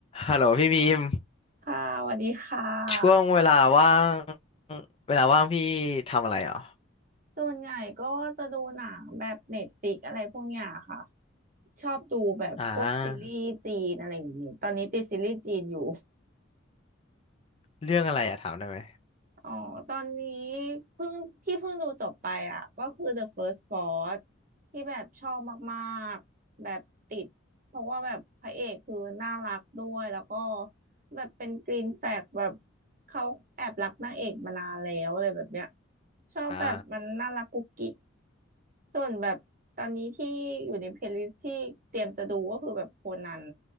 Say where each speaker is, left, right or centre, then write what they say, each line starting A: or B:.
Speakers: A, on the left; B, on the right.
A: ฮัลโหลพี่บีม
B: ค่ะสวัสดีค่ะ
A: ช่วงเวลาว่างเวลาว่างพี่ทำอะไรเหรอ
B: ส่วนใหญ่ก็จะดูหนังแบบเน็ตฟ i ิกอะไรพวกเนี้ยค่ะ ชอบดูแบบพวกซีรีส์จีนอะไรอย่างงี้
A: อ่า
B: ตอนนี้ติดซีรีส์จีนอยู่
A: เรื่องอะไรอะถามได้ไหม
B: อ๋อตอนนี้เพิ่งที่เพิ่งดูจบไปอ่ะก็คือ The First Boss ที่แบบชอบมากๆ แบบติดเพราะว่าแบบพระเอกคือน่ารักด้วยแล้วก็แบบเป็นกรีนแฟลกแบบเขาแอบรักนางเอกมานานแล้วอะไรแบบเนี้ยชอบแบบมันน่ารักกุ๊กกิ๊ก
A: อ่า
B: ส่วนแบบตอนนี้ที่อยู่ในเพลย์ลิสที่เตรียมจะดูก็คือแบบโคนัน